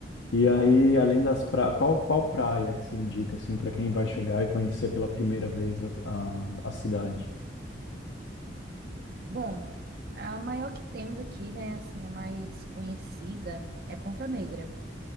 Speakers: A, on the left; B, on the right.
A: E aí, além das praias, qual, qual praia que você indica, assim, para quem vai chegar e conhecer pela primeira vez a, a, a cidade?
B: Bom, a maior que temos aqui, né, assim, a mais conhecida é Ponta Negra.